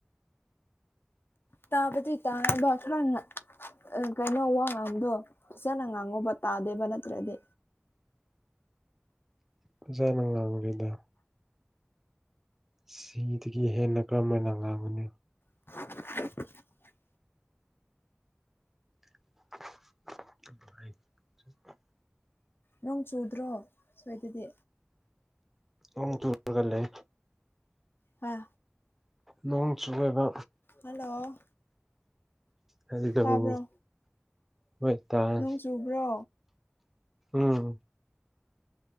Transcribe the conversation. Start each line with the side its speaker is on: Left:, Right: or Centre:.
Centre: <inaudible>
Left: ꯇꯥꯕꯗꯤ ꯇꯥꯏꯑꯦꯕ ꯈꯔ ꯅꯛ ꯑ ꯀꯩꯅꯣ ꯋꯥꯉꯥꯡꯕꯗꯣ ꯐꯖꯅ ꯉꯥꯡꯉꯣꯕ ꯇꯥꯗꯦꯕ ꯅꯠꯇ꯭ꯔꯗꯤ
Centre: ꯐꯖꯅ ꯉꯥꯡꯔꯤꯗ ꯁꯤꯗꯒꯤ ꯍꯦꯟꯅ ꯀꯔꯝ ꯍꯥꯏꯅ ꯉꯥꯡꯒꯨꯅꯤ
Left: <unintelligible>
Centre: <unintelligible>
Left: ꯅꯣꯡ ꯆꯨꯗ꯭ꯔꯣ ꯁ꯭ꯋꯥꯏꯗꯗꯤ
Centre: ꯎꯝ ꯇꯨꯔꯒ ꯂꯩ
Left: ꯍꯥ
Centre: ꯅꯣꯡ ꯆꯨꯏꯌꯦꯕ
Left: ꯍꯜꯂꯣ
Centre: ꯍꯜꯂꯣ
Left: ꯇꯥꯕ꯭ꯔꯣ
Centre: ꯃꯣꯏꯇꯥꯏꯝ
Left: ꯅꯣꯡ ꯆꯨꯕ꯭ꯔꯣ
Centre: ꯎꯝ